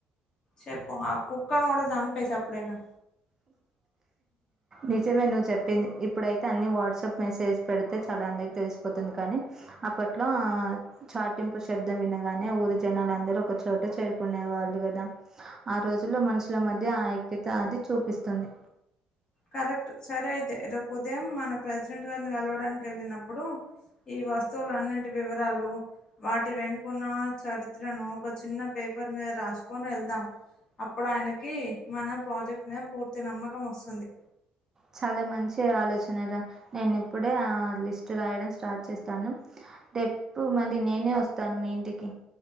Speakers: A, on the left; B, on the right.
A: చెప్పు ఆ కుక్కను కూడా చంపేసా అప్పుడిక
B: నిజమె ను చెప్ ప్పింది ఇప్పుడైతే అన్ని వాట్సాప్ మెసేజ్ పెడితే చాలు అందరికీ తెలిసిపోతుంది కానీ అప్పట్లో చాటింపు శబ్దం వినగానే ఊరి జనాలు అందరూ ఒక చోట చేరుకునే వాళ్ళు కదా ఆ రోజుల్లో మనుషుల మధ్య ఆ ఐక్యత అది చూపిస్తుంది
A: కరెక్ట్ సరే అయితే రేపు ఉదయం మన ప్రెసిడెంట్ గారిని కలవడానికి వెళ్ళినప్పుడు ఈ వస్తువులు అన్నింటి వివరాలు వాటి వెనుకన్న చరిత్రను ఒక చిన్న పే పర్ మీద రాసుకొని వెళ్దాం అప్పుడు ఆయనకి మన ప్రాజెక్ట్ మీద పూర్తి నమ్మకం వస్తుంది
B: చాలా మంచి ఆలోచన రా నేను ఇప్పుడే ఆ లిస్ట్ రాయడం స్టార్ట్ చేస్తాను రేప్పు మరి నేనే వస్తాను మీ ఇంటికి